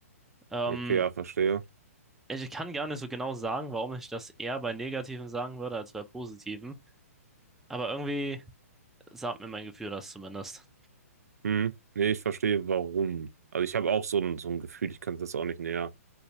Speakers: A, in the centre; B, on the right.
A: Ähm,
B: okay, ja, verstehe.
A: ich kann gar nicht so genau sagen, warum ich das eher bei negativen sagen würde als bei positiven. Aber irgendwie sagt mir mein Gefühl das zumindest.
B: Mhm. Ne, ich verstehe, warum. Also, ich habe auch so ein so ein Gefühl, ich kann es jetzt auch nicht näher,